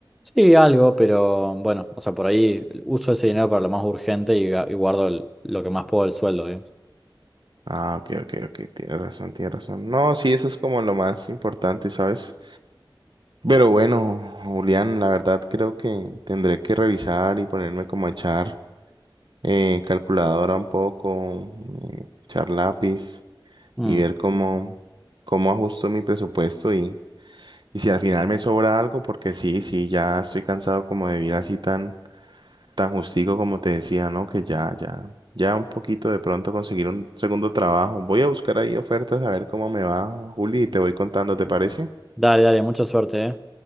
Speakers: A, in the centre; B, on the right (about 65°).
A: Sí, algo, pero bueno, o sea, por ahí uso ese dinero para lo más urgente y, ga- y guardo el- lo que más puedo del sueldo, digamos.
B: Ah, ok, ok, ok. Tienes razón, tienes razón. No, sí, eso es como lo más importante, ¿sabes? Pero bueno, Julián, la verdad creo que tendré que revisar y ponerme como a echar eh, calculadora un poco, eh, echar lápiz
A: Mm.
B: y ver cómo, cómo ajusto mi presupuesto Y si al final me sobra algo, porque sí, sí, ya estoy cansado como de vivir así tan, tan justico como te decía, ¿no? Que ya, ya, ya un poquito de pronto conseguir un segundo trabajo. Voy a buscar ahí ofertas a ver cómo me va, Juli, y te voy contando, ¿te parece?
A: Dale, dale, mucha suerte, ¿eh?